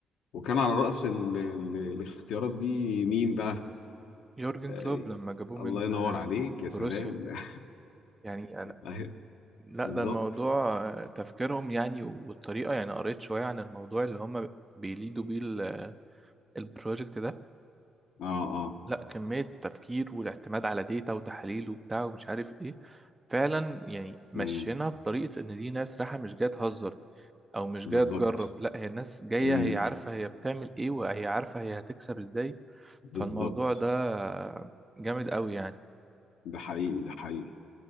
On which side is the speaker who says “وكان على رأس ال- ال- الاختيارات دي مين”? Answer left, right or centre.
Left